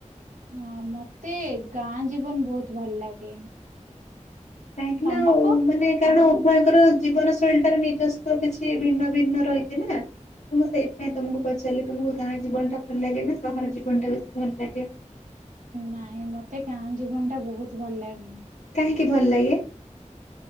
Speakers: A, on the right; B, on the left.
A: ହଁ ମତେ ଗାଁ ଜୀବନ ବହୁତ ଭଲ ଲାଗେ।
B: କାହିଁକି
A: ତମକୁ?
B: ନା ଆଉ ମାନେ କାରଣ ଉଭୟଙ୍କ ର ଜୀବନ ଶୈଳୀ ଟାରେ ନିଜସ୍ଵ କିଛି ଭିନ୍ନ ଭିନ୍ନ ରହିଛି ନା। ତ ମୁଁ ସେଇଥିପାଇଁ ତମକୁ ପଚାରିଲି ତମକୁ ଗାଁ ଜୀବନ ଟା ଭଲ ଲାଗେ ନା ସହର ଜୀବନଟା ବେଶୀ ଭଲ ଲାଗେ।
A: ନାଇଁ ମତେ ଗାଁ ଜୀବନ ଟା ବହୁତ ଭଲ ଲାଗେ।
B: କାହିଁକି ଭଲ ଲାଗେ।